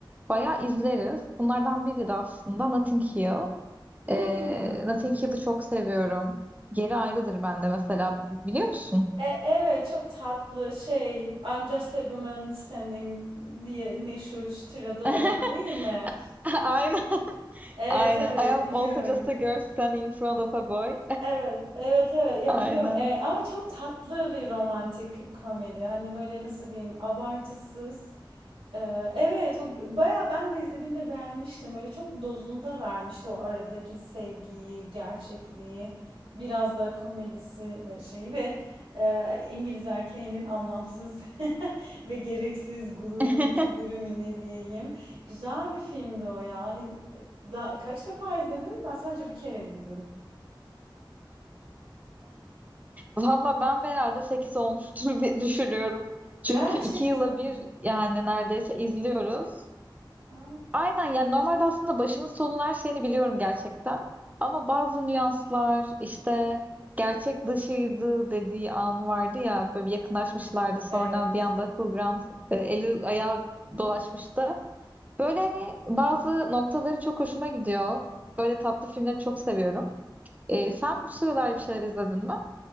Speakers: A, on the right; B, on the right.
A: bayağı izleriz. Bunlardan biri de aslında Notting Hill.
B: Hmm.
A: E, Notting Hill'i çok seviyorum. Yeri ayrıdır bende mesela. Biliyor musun?
B: E, evet çok tatlı şey I'm just a woman standing diye meşhur şu tirada olan
A: <laughs>
B: değil mi?
A: Aynen.
B: Evet
A: Aynen.
B: evet
A: I am
B: biliyorum.
A: also just a girl standing in front of a boy.
B: Evet, evet, evet. Ya
A: Aynen.
B: biliyorum. Evet. Ama çok tatlı bir romantik komedi. Hani böyle nasıl diyeyim, abartısız. Ee, evet, o g- bayağı ben de izlediğimde beğenmiştim. Böyle çok dozunda vermişti o aradaki sevgiyi, gerçekliği, biraz da komedisi ve şeyi ve e, İngiliz erkeğinin anlamsız <laughs> ve gereksiz gururumu,
A: <laughs>
B: kibirimi ne diyeyim. Güzel bir filmdi o ya. İ- e, Da, kaç defa izledin? Ben sadece bir kere izledim.
A: Valla ben de herhalde 8 olmuştur diye <laughs> düşünüyorum. Çünkü
B: Gerçekten
A: 2 yıla
B: mi?
A: bir yani neredeyse izliyoruz.
B: Ha,
A: Aynen yani normalde aslında başının sonun her şeyini biliyorum gerçekten. Ama bazı nüanslar işte gerçek dışıydı dediği an vardı ya böyle bir yakınlaşmışlardı sonra
B: evet.
A: bir anda Hugh Grant e, eli ayağı dolaşmıştı. Böyle hani bazı noktaları çok hoşuma gidiyor. Böyle tatlı filmleri çok seviyorum. Ee, sen bu sıralar bir şeyler izledin mi?